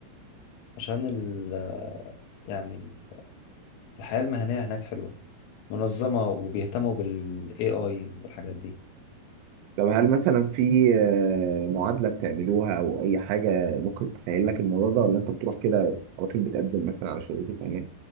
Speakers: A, on the left (about 80°); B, on the right (about 80°).
A: عشان ال آه، يعني ال- الحياة المهنية هناك حلوة منظمة وبيهتموا بال AI والحاجات دي
B: طب هل مثلا في آه، معادله بتعملوها او اي حاجه ممكن تسهل لك الموضوع ده ولا انت بتروح كده على طول بتقدم مثلا على شهادة امان